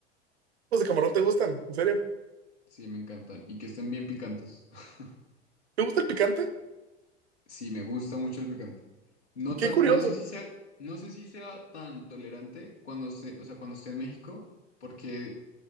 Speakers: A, on the right; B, on the left.
A: ¿los de camarón te gustan? ¿En serio?
B: Sí, me encantan. Y que estén bien picantes. <laughs>
A: ¿Te gusta el picante?
B: Sí, me gusta mucho el picante. No
A: Qué
B: tan,
A: curioso.
B: no sé si sea, no sé si sea tan tolerante cuando esté, o sea, cuando esté en México, porque